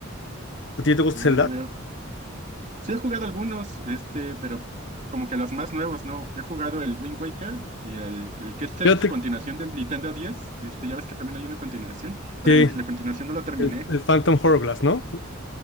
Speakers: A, on the left; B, on the right.
A: ¿A ti te gusta
B: ya,
A: Zelda?
B: ya veo. Sí he jugado algunos, este, pero como que los más nuevos, ¿no? He jugado el Wind Waker y el, el que es
A: Fíjate
B: el, su continuación del Nintendo 10. Este, ya ves que también hay una continuación, pero
A: que
B: el- la continuación no la terminé.
A: el, el Phantom Hourglass, ¿no?